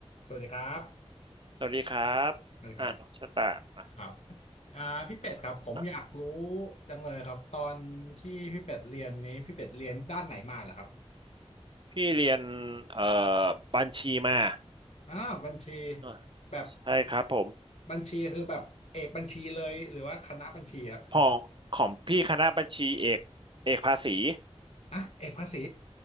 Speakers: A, on the left; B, on the right.
A: สวัสดีครับ
B: สวัสดีครับอ่าน้องชะตา
A: สวัสดีครับครับอ่าพี่เป็ดครับผมอยากรู้
B: อ่ะ
A: จังเลยครับตอนที่พี่เป็ดเรียนนี้พี่เป็ดเรียนด้านไหนมาเหรอครับ
B: พี่เรียนเอ่อบัญชีมา
A: อ่าบัญชี
B: อ่ะ
A: แบบ
B: ใช่ครับผม
A: บัญชีคือแบบเอกบัญชีเลยหรือว่าคณะบัญชีอะ
B: พอของพี่คณะบัญชีเอกเอกภาษี
A: อ่ะเอกภาษี